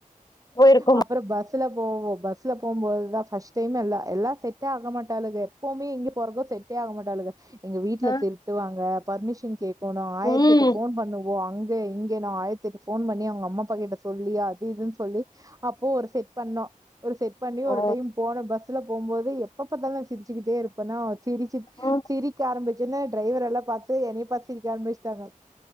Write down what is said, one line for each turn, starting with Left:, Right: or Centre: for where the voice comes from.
Left: போயிருக்கோ
Right: அப்புற பஸ் ல போவோ பஸ் ல போம் போதுதா ஃபஸ்ட் டைம் எல்லா எல்லா செட்டே ஆக மாட்டாளுக எப்பவுமே எங்கே போறக்கு செட்டே ஆக மாட்டாளுக எங்க வீடல
Left: ஆ
Right: திருட்டுவாங்க பர்மிஷன் கேக்கோணு ஆயிரத்தெட்டு
Left: ம்
Right: ஃபோன் பண்ணுவோ அங் க இங்கனு ஆயிரத்தெட்டு ஃபோன் பண்ணி அவங்க அம்மா அப்பா கிட்ட சொல்லி அது இதுன்னு சொல்லி அப்போ ஒரு செட் பண்ணோ ஒரு செட் பண்ணி ஒரு
Left: ஓ
Right: டைம் போன பஸ்ல போம்போது எப்ப பாத்தாலு நா சிரிச்சுகிட்டே இருப்பன்னா சிரிச்சு
Left: ம்
Right: சிரிக்க ஆரம்பிச்சன்னா டிரைவரல்லா பாத்து என்னய பாத்து சிரிக்க ஆரம்பிச்சுட்டாங்க